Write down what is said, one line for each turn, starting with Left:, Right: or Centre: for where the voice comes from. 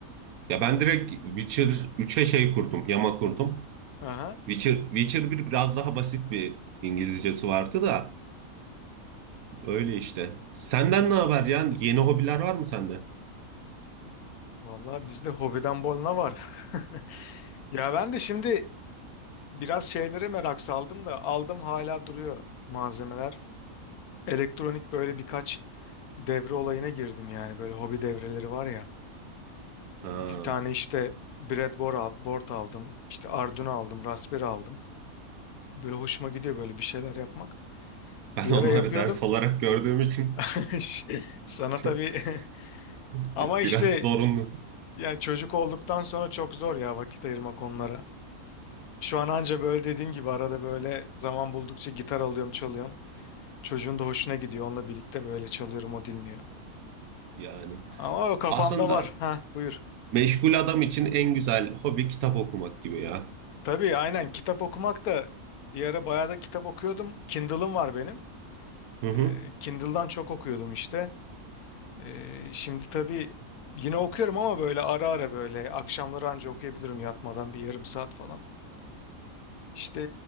Right: Ya ben direkt Witcher üçe şey kurdum, yama kurdum.
Left: Aha.
Right: Witcher, Witcher bir biraz daha basit bir İngilizcesi vardı da öyle işte. Senden ne haber yani? Yeni hobiler var mı sende?
Left: Vallahi bizde hobiden bolna var. <laughs> Ya ben de şimdi biraz şeylere merak saldım da aldım hala duruyor malzemeler. Elektronik böyle birkaç devre olayına girdim yani böyle hobi devreleri var ya. Bir
Right: Ha,
Left: tane işte breadboard al- board aldım. işte Arduino aldım, Raspberry aldım. Böyle hoşuma gidiyor böyle bir şeyler yapmak.
Right: ben
Left: Bir
Right: onları
Left: ara yapıyordum.
Right: ders olarak gördüğüm için
Left: <laughs> Şey,
Right: <laughs>
Left: Sana tabii <laughs>
Right: bi-
Left: ama işte
Right: biraz zorunlu
Left: yani çocuk olduktan sonra çok zor ya vakit ayırmak onlara. Şu an anca böyle dediğim gibi arada böyle zaman buldukça gitar alıyorum çalıyorum. Çocuğun da hoşuna gidiyor. Onunla birlikte böyle çalıyorum o dinliyor.
Right: yani.
Left: Ama o kafamda
Right: Aslında
Left: var. Ha buyur.
Right: meşgul adam için en güzel hobi kitap okumak gibi ya.
Left: Tabii aynen kitap okumak da bir ara bayağı da kitap okuyordum. Kindle'ım var benim.
Right: Hı hı.
Left: Ee, Kindle'dan çok okuyordum işte. Ee, şimdi tabii yine okuyorum ama böyle ara ara böyle akşamları anca okuyabilirim yatmadan bir yarım saat falan. İşte